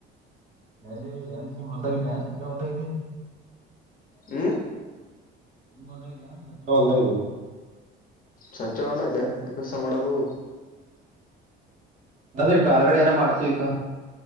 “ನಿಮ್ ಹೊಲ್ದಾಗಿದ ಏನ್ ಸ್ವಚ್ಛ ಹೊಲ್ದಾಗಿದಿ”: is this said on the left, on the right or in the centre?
Right